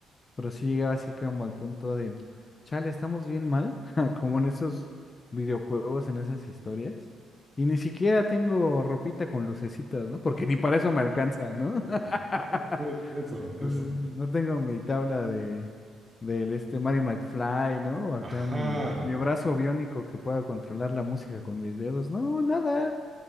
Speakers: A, on the left (about 35°); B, on the right (about 25°).
A: pero sí llegaba así como al punto de, chale, estamos bien mal, <laughs> como en esos videojuegos, en esas historias. Y ni siquiera tengo ropita con lucecitas, ¿no? Porque ni para eso me alcanza, ¿no? <laughs>
B: <laughs> Sí, eso,
A: Entonces,
B: eso.
A: no tengo mi tabla de del este Mary McFly, ¿no? O acá
B: Ajá.
A: mi, mi brazo biónico que pueda controlar la música con mis dedos. No, nada.